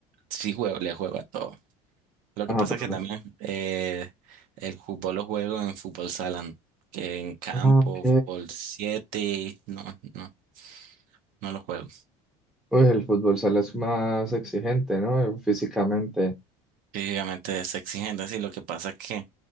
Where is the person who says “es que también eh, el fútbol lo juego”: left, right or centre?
Right